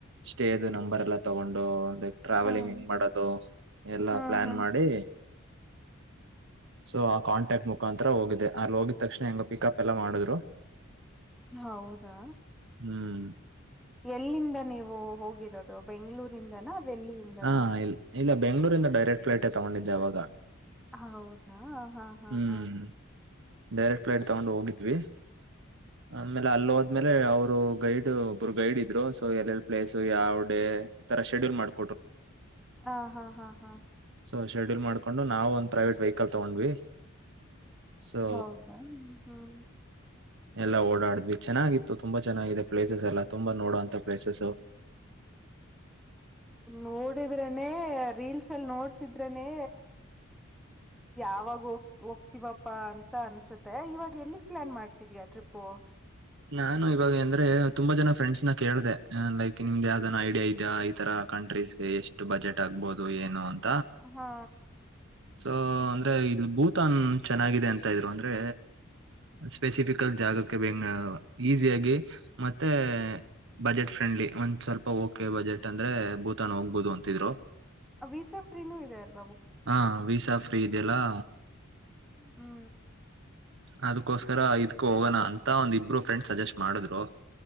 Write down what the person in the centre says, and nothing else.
ಹ್ಮ್
ಹ್ಮ್
ಹ್ಮ್
<unintelligible> <inaudible>
ಹೌದಾ
ಎಲ್ಲಿಂದ ನೀವು ಹೋಗಿರೋದು ಬೆಂಗ್ಳೂರಿಂದನ ದಲ್ಲಿಯಿಂದನ
ಹೌದಾ ಹಾ ಹಾ
ಹಾ
ಹ ಹಾ ಹಾ ಹಾ
ಹೌದಾ ಹ್ಮ್
ನೋಡಿದ್ರನೆೇ ರೀಲ್ಸ್ ಅಲ್ಲಿ ನೋಡ್ತಿದ್ರನೆೇ ಯಾವಾಗ ಹೋಗ್ತವಪ್ಪಾ ಅಂತ ಅನ್ಸುತ್ತೆ ಇವಾಗ ಎಲ್ಲಿ ಪ್ಲಾನ್ ಮಾಡ್ತಿದ ಟ್ರಿಪ್ಪ
ಹಾ
ಅಬೀಿಸ ಫ್ರೀನೂ ಇದೆ ಅಲ್ಲ
ಹ್ಮ್